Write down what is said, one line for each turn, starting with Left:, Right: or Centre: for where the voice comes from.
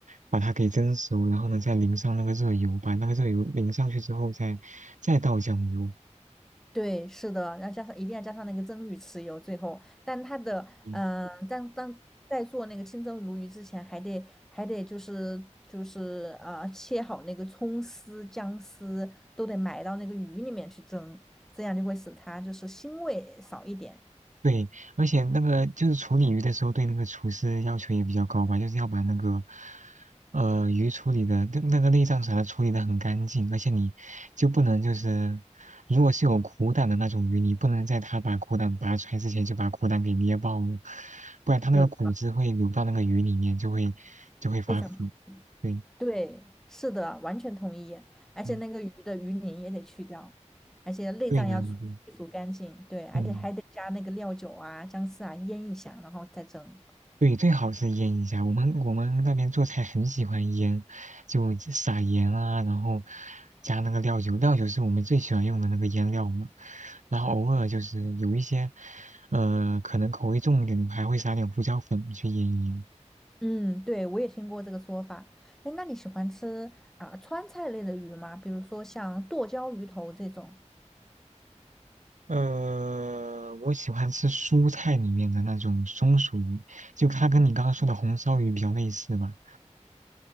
Right: 把它给蒸熟，然后呢再淋上那个热油，把那个热油淋上去之后再再倒酱油。
Centre: 对，是的，要加上一定要加上那个蒸鱼豉油，最后，但它的嗯、
Right: 嗯
Centre: 呃，当当在做那个清蒸鲈鱼之前，还得还得就是就是呃，切好那个葱丝、姜丝都得埋到那个鱼里面去蒸，这样就会使它就是腥味少一点，
Right: 对，而且那个就是处理鱼的时候，对那个厨师要求也比较高吧，就是要把那个呃鱼处理的那那个内脏啥的处理的很干净，而且你就不能就是如果是有苦胆的那种鱼，你不能在它把苦胆拔出来之前就把苦胆给捏爆了，不然它那个骨汁会流到那个鱼里面，
Centre: 嗯，
Right: 就会就会发腐。
Centre: 非常。
Right: 对，
Centre: 对，是的，完全同意。而且那个鱼的鱼鳞也得去掉，
Right: 嗯，
Centre: 而且内脏要去除干净。
Right: 对的，对
Centre: 对，而且还得加那个料酒啊、
Right: 嗯。
Centre: 姜丝啊腌一下，然后再蒸。
Right: 对，最好是腌一下。我们我们那边做菜很喜欢腌，就撒盐啊，然后加那个料酒，料酒是我们最喜欢用的那个腌料嘛。然后偶尔就是有一些，呃，可能口味重一点，还会撒点胡椒粉去腌一腌。
Centre: 嗯，对，我也听过这个说法。哎，那你喜欢吃啊、川菜类的鱼吗？比如说像剁椒鱼头这种。
Right: 呃，我喜欢吃蔬菜里面的那种松鼠鱼，就它跟你刚刚说的红烧鱼比较类似吧。